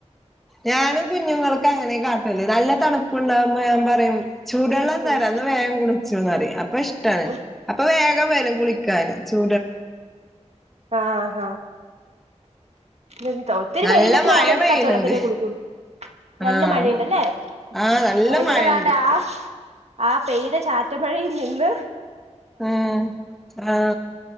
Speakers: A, in the centre; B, on the right.
A: ഞാനും കുഞ്ഞുങ്ങൾക്ക് അങ്ങനെ കാട്ടൽ നല്ല തണു ണ്ടവുമ്പോ ഞൻ പറയും ചൂടെള്ളം
B: ഉം
A: തരാം ഇന്നാ വേം കുൾച്ചുന്ന് പറിം പ്പ ഇഷ്ടാണ്
B: ഉം
A: അപ്പ വേഗം വെറും കുളിക്കാന് ചൂ
B: അ ആഹ ഇന്നെ തോ ഒത്തിരി
A: നല്ല
B: വെയിലൊക്കെ
A: മഴ
B: ആണെങ്കി
A: പെയ്യ്ണ്
B: പച്ചവെള്ളത്തിലെ
A: ണ്ട്
B: കുളിക്കൊ നല്ല
A: ആഹ്
B: മഴ ഇണ്ട് അല്ലേ
A: ആഹ് നല്ല
B: ഓ ഇവടെ
A: മഴണ്ട്
B: താണ്ട് ആ ആ പെയ്ത ചാറ്റൽ മഴയിംനിന്ന്
A: ഉം ആ